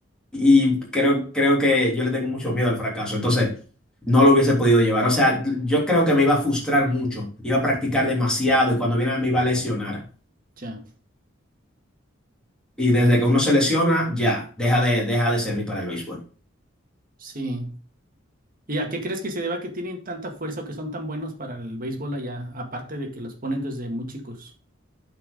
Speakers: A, in the centre; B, on the right (about 45°).
A: y creo, creo que yo le tengo mucho miedo al fracaso. Entonces, no lo hubiese podido llevar. O sea, yo creo que me iba a frustrar mucho. Iba a practicar demasiado y cuando viera me iba a lesionar.
B: ya.
A: Y desde
B: Ah,
A: que uno se lesiona, ya, deja de, deja de servir para el béisbol.
B: sí. ¿Y a qué crees que se deba que tienen tanta fuerza o que son tan buenos para el béisbol allá? Aparte de que los ponen desde muy chicos.